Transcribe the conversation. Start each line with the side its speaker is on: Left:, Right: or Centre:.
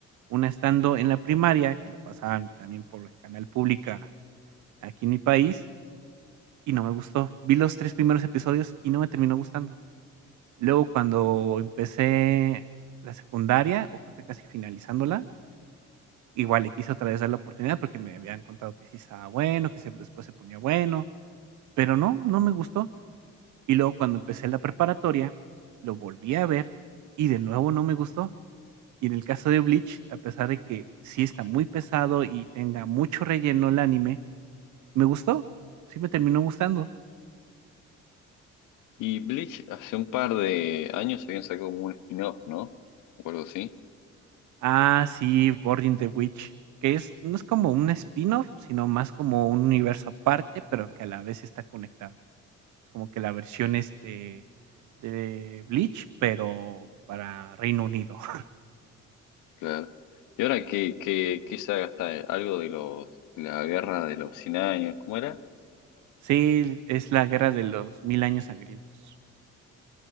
Right: Una estando en la primaria, que lo pasaban también por canal pública aquí en mi país, y no me gustó. Vi los 3 primeros episodios y no me terminó gustando. Luego, cuando empecé la secundaria, o creo que casi finalizándola, Igual le quise otra vez dar la oportunidad porque me habían contado que sí estaba bueno, que se después se ponía bueno, pero no, no me gustó. Y luego cuando empecé la preparatoria, lo volví a ver y de nuevo no me gustó. Y en el caso de Bleach, a pesar de que sí está muy pesado y tenga mucho relleno el anime, me gustó. Sí me terminó gustando.
Left: Y Bleach hace un par de años habían sacado como un spin-off, ¿no? O algo así,
Right: Ah, sí, Burning the Witch, que es, no es como un spin-off, sino más como un universo aparte, pero que a la vez está conectado. es Como que la versión, este, de Bleach, pero para Reino Unido. <laughs>
Left: claro. ¿Y ahora qué, qué, qué saga está? ¿Algo de los, la guerra de los 100 años? ¿Cómo era?
Right: Sí, es la guerra de los mil años sangrientos.